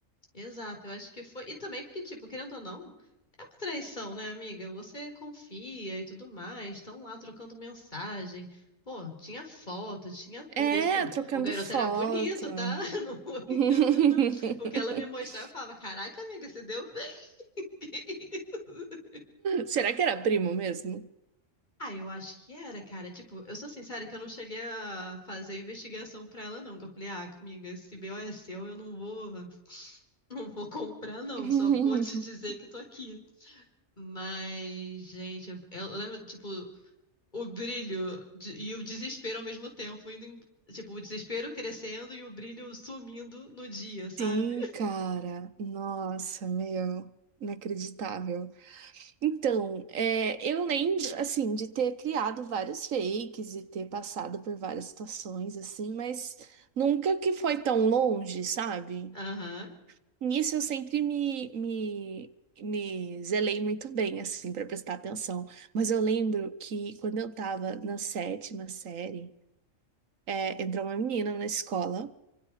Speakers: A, on the left; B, on the right.
A: Exato, eu acho que foi. E também porque, tipo, querendo ou não, é uma traição, né, amiga? Você confia e tudo mais, estão lá trocando mensagem. Pô, tinha foto, tinha tudo.
B: É,
A: E assim,
B: trocando
A: o garoto
B: foto.
A: era bonito, tá? <laughs> Não vou
B: <laughs>
A: enganar, não. O que ela me mostrava, eu falava: Caraca, amiga, você deu bem. <laughs>
B: Será que era primo mesmo?
A: Ah, eu acho que era, cara. Tipo, eu sou sincera que eu não cheguei a fazer a investigação pra ela, não. Que eu falei: Ah, amiga, esse BO é seu, eu não vou. Não vou comprar, não.
B: <laughs>
A: Só vou te dizer que tô aqui. Mas, gente, eu, eu lembro, tipo, o brilho de- e o desespero ao mesmo tempo, indo em- tipo, o desespero crescendo e o brilho sumindo no dia, sabe?
B: Sim, cara. Nossa, meu. Inacreditável. Então, é, eu lembro, assim, de ter criado vários fakes e ter passado por várias situações, assim, mas nunca que foi tão longe, sabe?
A: Aham.
B: Nisso eu sempre me, me, me zelei muito bem, assim, para prestar atenção. Mas eu lembro que quando eu tava na sétima série, é, entrou uma menina na escola